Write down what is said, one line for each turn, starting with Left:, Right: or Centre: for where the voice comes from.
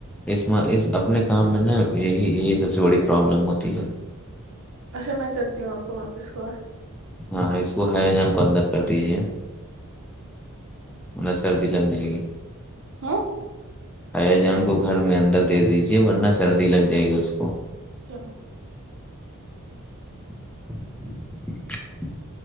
Centre: اس میں اس اپنے کام میں نا یہی یہی سب سے بڑی پرابلم ہوتی ہے
Right: اچھا میں کرتی ہوں آپ کو واپس کال
Centre: ہاں اس کو ہیا جان کو اندر کر دیجیے مطلب سرد لگ ج ہے گی
Right: ہوں
Centre: حیا جان کو گھر میں اندر دے دیجے ورنہ سردی لگ جائے گی اس کو
Right: چلو
Centre: <inaudible>